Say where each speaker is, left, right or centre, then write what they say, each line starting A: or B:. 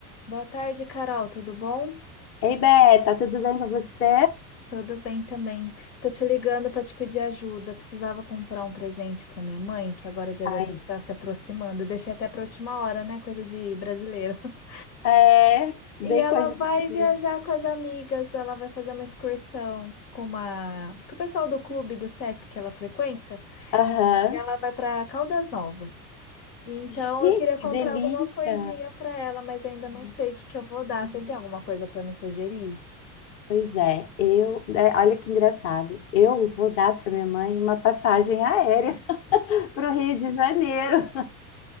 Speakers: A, on the left (about 85°); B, on the left (about 30°).
A: Boa tarde, Carol. Tudo bom?
B: Ei, Beta, tudo bem com você?
A: Tudo bem também. Tô te ligando para te pedir ajuda. Precisava comprar um presente para minha mãe, que agora o Dia das
B: Ai,
A: Mães está se aproximando. Eu Deixei até para última hora, né? Coisa de brasileiro. <laughs>
B: é, bem
A: E ela
B: coisa
A: vai
B: pra também.
A: viajar com as amigas. Ela vai fazer uma excursão com uma com o pessoal do clube do Sesc que ela frequenta.
B: Aham.
A: E ela vai para Caldas Novas. E então
B: Gente,
A: eu queria
B: que
A: comprar
B: delícia!
A: alguma coisinha para ela, mas ainda não sei o que que eu vou dar. Você tem alguma coisa para me sugerir?
B: Pois é, eu. é, olha que engraçado. Eu vou dar para minha mãe uma passagem aérea <laughs> para o Rio de Janeiro.